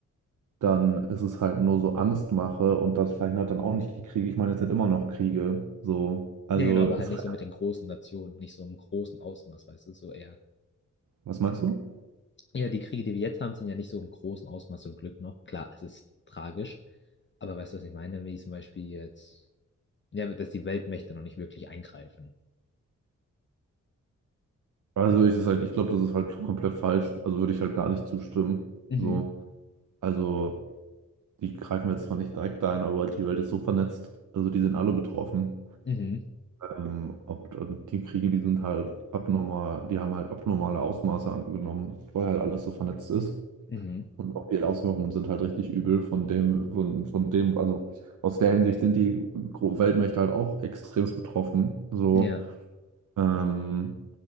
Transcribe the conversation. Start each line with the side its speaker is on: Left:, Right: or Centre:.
Right: dann ist es halt nur so Angstmache und das verhindert dann auch nicht die Kriege. Ich meine, jetzt sind immer noch Kriege, so. Also,
Left: Ja, genau, aber
Right: Israel.
Left: halt nicht so mit den großen Nationen, nicht so im großen Ausmaß, weißt du, so eher.
Right: Was meinst du?
Left: Ja, die Kriege, die wir jetzt haben, sind ja nicht so im großen Ausmaß zum Glück noch. Klar, es ist tragisch, aber weißt du, was ich meine? Wie zum Beispiel jetzt, ja, dass die Weltmächte noch nicht wirklich eingreifen.
Right: Also, ich, ist halt, ich glaube, das ist halt komplett falsch. Also, würde ich halt gar nicht zustimmen.
Left: Mhm,
Right: So, also. die greifen jetzt zwar nicht direkt ein, aber die Welt ist so vernetzt. Also die sind alle betroffen.
Left: mhm,
Right: Ähm, ob, ähm, die Kriege, die sind halt abnormal, die haben halt abnormale Ausmaße angenommen, weil halt alles so vernetzt ist.
Left: mhm,
Right: Und auch die Auswirkungen sind halt richtig übel von dem, von, von dem, also aus der Hinsicht sind die Gro- Weltmächte halt auch extremst betroffen. So,
Left: ja,
Right: ähm,